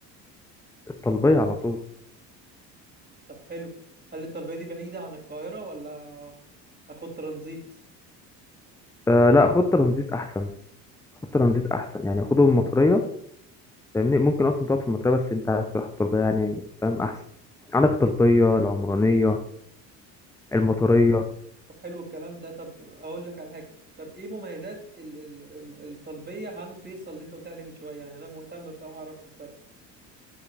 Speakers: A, in the centre; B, on the right.
A: الطلبية على طول
B: طب حلو هل الطلبيه دي بعيده عن القاهره ولا هاخد ترانزيت
A: أه لا خد ترانزيت أحسن خد ترانزيت أحسن يعني خده من المطرية فاهمني ممكن أصلا تقعد في المطرية بس أنت عايز تروح الطلبية يعني فاهم أحسن عندك الطلبية العمرانية المطرية
B: طب حلو الكلام ده طب اقول لك على حاجه طب ايه مميزات ال ال الم- الطلبيه عن فيصل اللي انت قلت عليه من شويه يعني انا مهتم بصراحه اعرف الفرق